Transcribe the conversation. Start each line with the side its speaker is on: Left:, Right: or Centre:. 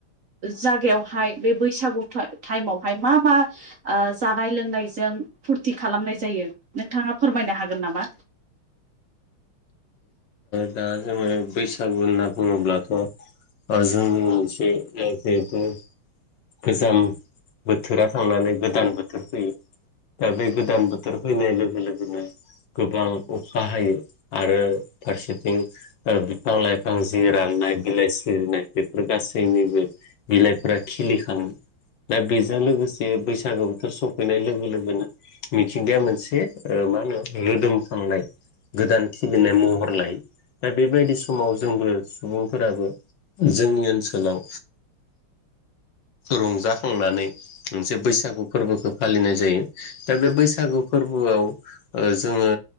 Right: जागायावहाय बे बैसाग बैसागु टायमहाय मा मा जानाय लोंनायजों फुरथि खालामनाय जायो नोंथांङा फोरमायनो हागोन नामा
Left: दा जोंङो बैसागु होनना बुङोब्लाथ' जोंनि मोनसे बेखौ गोजां बोथोरा थांनानै गोदान बोथोर फैयो। दा बे गोदान बोथोर फैनाय लोगो लोगोनो गोबां अखा हायो आरो फारसेथिं बिफां लाइफां जि राननाय बिलाइ सिरिनाय बेफोर गासैबो जोंनि बे बिलाइफोरा खिलिखांयो दा बेजों लोगोसे बैसागो बोथोर सफैनाय लोगो लोगोनो मिथिंगाया मोनसे मा होनो रोदोमखांनाय गोदान खिलिनाय महर लायो दा बेबायदि समाव जोंबो सुबुंफोराबो जोंनि ओनसोलाव रंजाखांनानै मोनसे बैसागु फोरबोखौ फालिनाय जायो दा बे बैसागु फोरबो फोर जोंङो